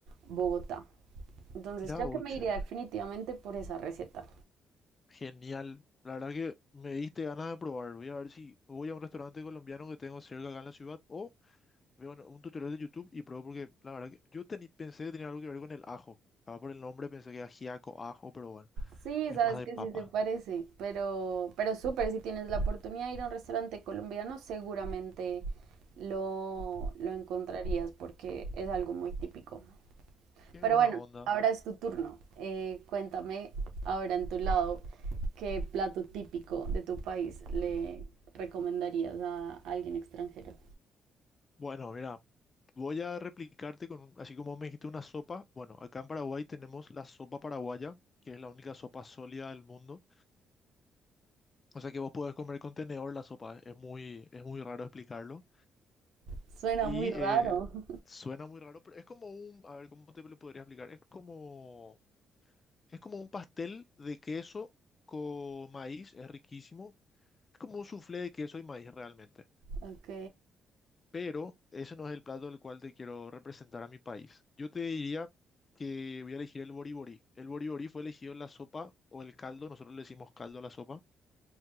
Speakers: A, on the right (about 85°); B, on the left (about 35°).
A: Bogotá. Entonces
B: Mira
A: creo
B: vos,
A: que me
B: che.
A: iría definitivamente por esa receta.
B: Genial. La verdad que me diste ganas de probar. Voy a ver si voy a un restaurante colombiano que tengo cerca acá en la ciudad o veo un un tutorial de YouTube y probé porque la verdad que yo teni- pensé que tenía algo que ver con el ajo. Estaba por el nombre, pensé que era ajiaco, ajo, pero bueno,
A: Sí,
B: es
A: sabes
B: más de
A: que
B: papa.
A: sí se parece, pero, pero súper, si tienes la oportunidad de ir a un restaurante colombiano, seguramente lo, lo encontrarías porque es algo muy típico.
B: Qué
A: Pero
B: buena
A: bueno,
B: onda.
A: ahora es tu turno. Eh, cuéntame ahora en tu lado qué plato típico de tu país le recomendarías a alguien extranjero.
B: Bueno, mira, voy a replicarte con, un- así como me dijiste una sopa. Bueno, acá en Paraguay tenemos la sopa paraguaya, que es la única sopa sólida del mundo. O sea que vos podés comer con tenedor la sopa. Es muy, es muy raro explicarlo.
A: Suena
B: Y
A: muy raro.
B: eh,
A: <laughs>
B: suena muy raro, pero es como un, a ver, ¿cómo te lo podría explicar? Es como Es como un pastel de queso con maíz, es riquísimo. Es como un soufflé de queso y maíz realmente.
A: Ok,
B: Pero ese no es el plato del cual te quiero representar a mi país. Yo te diría que voy a elegir el boriborí. El boriborí fue elegido la sopa o el caldo, nosotros le decimos caldo a la sopa,